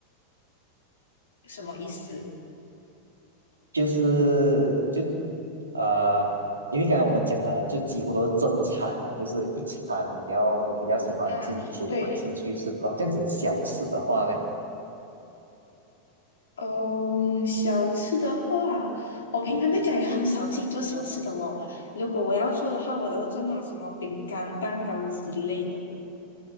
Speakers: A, on the left (about 65°); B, on the right (about 75°).
A: 什么意思？
B: 就是就呃，因为刚才我们讲的就几乎都是正餐嘛，就是一餐你要你比较喜欢自己煮还是出去吃，
A: 嗯，对，
B: 然后这样子小吃的话呢，
A: 嗯，小吃的话，我平常在家也很少自己做小吃的哦。如果我要做的话，我都是做那种什么饼干、蛋糕之类的。